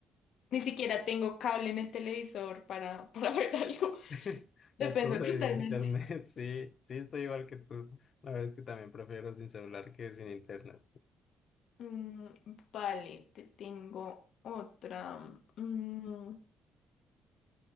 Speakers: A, on the left; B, on the left.
A: Ni siquiera tengo cable en el televisor para, para <laughs> ver algo.
B: <laughs>
A: Depende
B: Ya todo de
A: totalmente.
B: internet, <laughs> sí, sí, estoy igual que tú. La verdad es que también prefiero sin celular que sin internet.
A: Mm, vale, te tengo otra. Mm,